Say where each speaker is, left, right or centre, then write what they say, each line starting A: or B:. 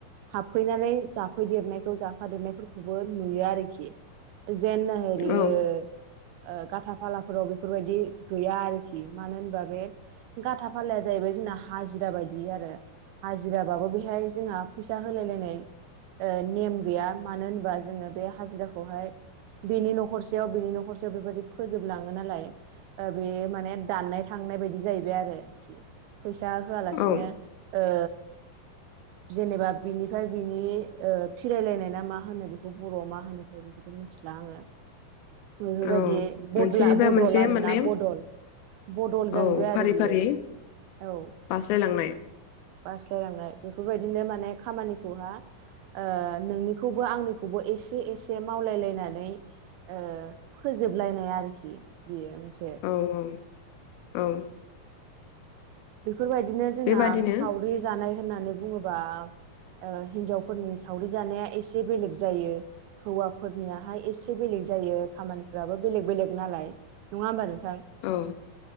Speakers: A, on the right (about 85°); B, on the left (about 90°).
A: हाबफैनानै जाफैदेरनायखौ जाफादेरनायफोरखौबो नुयो आरोखि। जेन <unintelligible> ओ
B: औ
A: खाथा फालाफोराव बेफोरबायदि गैया आरोखि मानो होनबा बे गाथा फालाया जाहैबाय जोंना हाजिरा बाय दि आरो हाजिराबाबो बेहाय जोंहा फैसा होलाय लायनाय ओ नेम गैया मानो होनोबा जोङो बे हाजिराखौहाय बिनि न'खरसेयाव बिनि न'खरसेयाव बेबायदि फोजोबलाङो नालाय ओ बे माने दाननाय थांनाय बायदि जाहैबाय आरोखि फैसा होआलासिनो
B: औ
A: ओ जेनेबा बिनिफ्राय बिनि ओ फिरायलायनाय ना मा होनो बेखौ बर'आव मा होनो थाय बेखौ बेखौ मिथिला आङो बेफोरबायदि
B: औ
A: बदला-बदल
B: मोनसेनिफ्राय मोनसे
A: आरोना
B: माने
A: बदल बदल जाहैबाय
B: औ फारि
A: आरो बियो
B: फारि
A: औ।
B: बास्लायलांनाय
A: बास्लायलांनाय बेफोरबायदिनो माने खामानिखौहा ओ नोंनिखौबो आंनिखौबो एसे एसे मावलायलायनानै ओ फोजोबलायनाय आरोखि बेयो मोनसे
B: औ औ औ
A: बेफोरबायदिनो जोंना
B: बेबादिनो
A: सावरि जानाय होननानै बुङोबा ओ हिनजावफोरनि सावरि जानाया एसे बेलेग जायो हौवाफोरनियाहाय एसे बेलेग जायो खामानिफ्राबो बेलेग बेलेग नालाय नङा होमबा नोंथां
B: औ